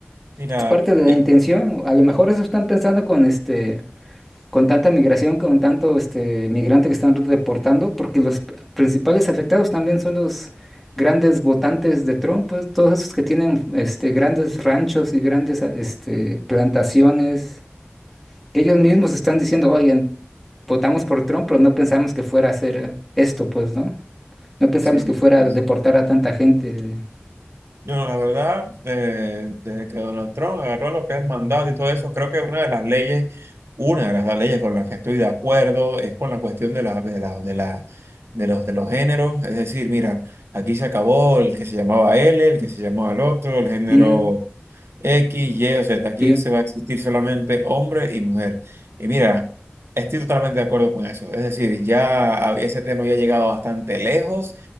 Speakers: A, on the right (about 70°); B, in the centre.
A: Mira,
B: Es parte de la
A: eh,
B: intención. A lo mejor eso están pensando con este, con tanta migración, con tanto este migrante que están reportando, porque los p- principales afectados también son los grandes votantes de Trump, pues, todos esos que tienen este grandes ranchos y grandes a- este plantaciones, que ellos mismos están diciendo, oye, votamos por Trump, pero no pensamos que fuera a hacer esto, pues, ¿no? No pensamos
A: sí,
B: que fuera
A: sí,
B: a deportar
A: sí.
B: a tanta gente.
A: Yo, no la verdad, eh, desde que Donald Trump agarró lo que es mandato y todo eso, creo que una de las leyes, una de las leyes con las que estoy de acuerdo es con la cuestión de la, de la, de la- de los, de los géneros. Es decir, mira, aquí se acabó el que se llamaba L, el que se llamaba el otro, el género
B: Mm,
A: X, Y, o Z. Aquí
B: sí,
A: se va a existir solamente hombre y mujer. Y mira, estoy totalmente de acuerdo con eso. Es decir, ya ese tema ya ha llegado bastante lejos